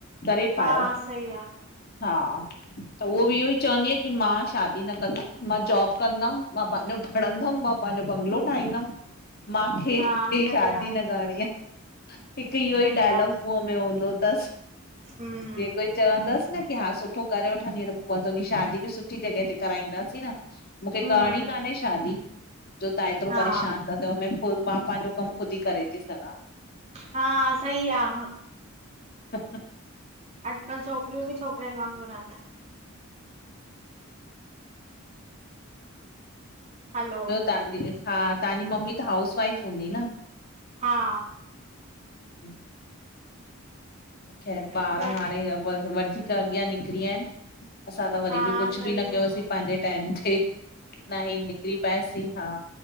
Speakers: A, on the left; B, on the right.
A: तरे
B: हा
A: पायो।
B: सही आ
A: हा त उहो बि इहो ई चवंदी आहे कि मां शादी न कंदमि, मां जॉब कंदमि, मां पंहिंजो पढ़दमि, मां पंहिंजो बंगलो ठाहिंदुमि
B: <inaudible>
A: माखें
B: हा
A: ही
B: सही
A: शादी
B: आ
A: न करणी आहे, हिकु इहो
B: सही
A: ई डायलॉग
B: आ
A: मुंह में हूंदो तसि।
B: हम्म
A: जिएं कोई चवंदसि न कि हा सुठो करे वठंदी त पोइ तुंहिंजी शादी बि सु सुठी जॻह ते कराईंदासीं न, मूंखे
B: हम्म
A: करणी कान्हे शादी। जो तव्हां एतिरो
B: हा
A: परेशानु था थियो, मैं खुद मां पंहिंजो कमु खुदी करे थी सघां।
B: हा, सही आ हा
A: ह ह
B: अॼकल्ह छोकरयूं बि छोकरयन वांगुरु एन। हलो
A: ॿयो तहांजी, हा, तहांजी मम्मी त हाउस वाइफ हूंदी न?
B: हा
A: हूं ख़ैर
B: ॿियो
A: ॿार हाणे, वधीक अॻयां निकरी व्या एन। असां त वरी
B: हा
A: बि, कुछ
B: सही
A: बि न कयोसीं
B: आ।
A: पांजे टैम थे। न हे निकरी पयासीं, हा,